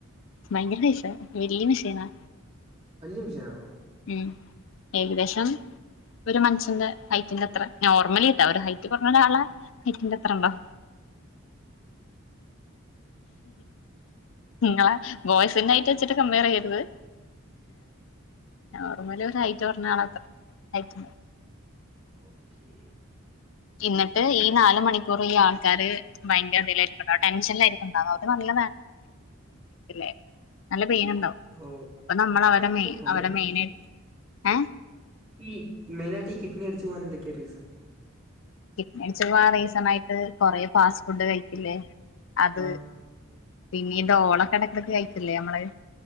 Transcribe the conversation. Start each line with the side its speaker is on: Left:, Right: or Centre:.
Left: ഭയങ്കര പൈസ വലിയ മഷീനാ
Right: വലിയ മെഷീൻ ആണോ
Left: ഉം ഏകദേശം ഒരു മനുഷ്യന്റെറെ ഹൈറ്റിന്റെ അത്ര നോർമലി ഇണ്ടാവുല്ലോ ഒരു ഹൈറ്റ് കുറഞ്ഞരാളാ ഹൈറ്റിന്റെ അത്രള്ളോ നിങ്ങളെ ബോയ്സിന്റെ ഹൈറ്റ് വച്ചിട്ട് കംപയർ ചെയ്യ്യരുത് നോർമല് ഹൈറ്റ് കുറഞ്ഞള അത്രേ ഹൈറ്റ്ണ്ട്
Right: ഓക്കേ
Left: എന്നിട്ട് ഈ നാല് മണിക്കൂർ ഈ ആൾക്കാര് ഭയങ്കര ഇതിയിലായിരിക്കും ഉണ്ടാവ ടെൻഷനിലായിരിക്കും ഉണ്ടാവ അവർക് നല്ല <unintelligible> നല്ല പെയിൻ ഉണ്ടാവും
Right: ഓ
Left: അപ്പ നമ്മളവര മെയ്
Right: ഓ, നമ്മുടെ
Left: അവരെ മെയിനായിട്
Right: ഈ
Left: ഏഹ്
Right: ഈ മെയിനാട്ട് ഈ കിഡ്നി അടിച്ചു പോവാൻ എന്തൊക്ക്യ റീസൺ
Left: കഡ്‌നി അടിച്ച് പോവാൻ റീസണായിട്ട് കൊറെ ഫാസ്റ്റ് ഫുഡ് കഴിക്കില്ലേ അത്
Right: ആ
Left: പിന്നീ ഡോളൊക്കെടക്കെടക്ക് കയ്ക്കില്ലേ നമ്മള്